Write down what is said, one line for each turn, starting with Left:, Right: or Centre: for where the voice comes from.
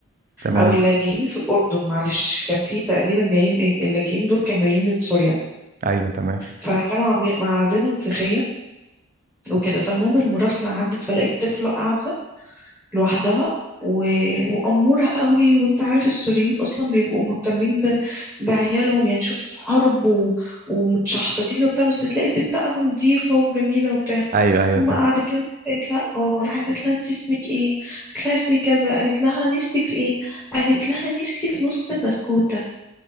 Right: تمام
Centre: أو اللاجئين في الأردن معلش كان في تقريبا جايين إيه، اللاجئين دول كانوا جايين من سوريا
Right: أيوه تمام
Centre: فكانوا عاملين معادنهم في خيم وكده فالمهم المراسلة عدت فلقيت طفلة قاعدة لوحدها و... وأمورة قوي وانت عارف السوريين أصلا بيبقوا مهتمين ب... بعيالهم يعني شوف حرب و... ومتشحططين وبتاع بس تلاقي بنت قاعدة نظيفة وجميلة وبتاع
Right: أيوه أيوه
Centre: أما
Right: فاهم
Centre: قاعدة كده قالت لها اه راحت قالت لها انت اسمك ايه قالت لها اسمي كذا قالت لها نفسك في ايه قالت لها نفسي في نص بسكوتة